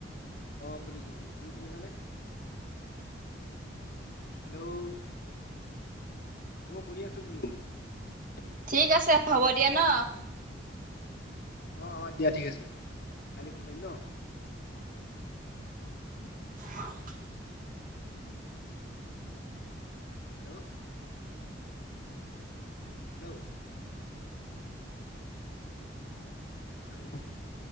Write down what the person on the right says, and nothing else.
ঠিক আছে হ'ব দিয়া ন'।
<inaudible>